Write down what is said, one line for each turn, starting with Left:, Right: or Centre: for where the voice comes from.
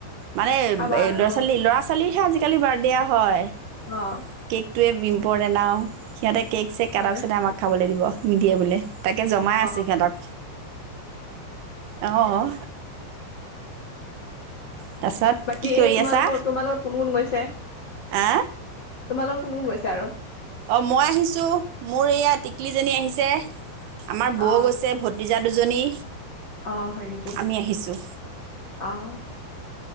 Right: মানে এ
Left: খাবা আৰু
Right: ল'ৰা ছোৱালী ল'ৰা ছোৱালীৰহে আজিকালি বাৰথদে হয়।
Left: অঁ'
Right: কেকটোৱে ইম্পৰ্টেন্ট আও, সিহঁতে কেক চেক কটা
Left: হয়
Right: পিছতহে আমাক খাবলে দিব নিদিয়ে বোলে। তাকে জমাই
Left: অ
Right: আছো সিহঁতক, অঁ। তাৰছত
Left: বাকী
Right: কি কৰি
Left: এই তোমালোকৰ
Right: আছা
Left: তোমাৰ লগত কোন কোন গৈছে?
Right: হা
Left: তোমাৰ লগত কোন কোন গৈছে আৰু?
Right: অ মই আহিছো মোৰ এয়া টিকলিজনী আহিছে, আমাৰ বৌ
Left: অ
Right: গৈছে- ভতিজা দুজনী।
Left: অঁ হয় নেকি,
Right: আমি আহিছোঁ
Left: অঁ।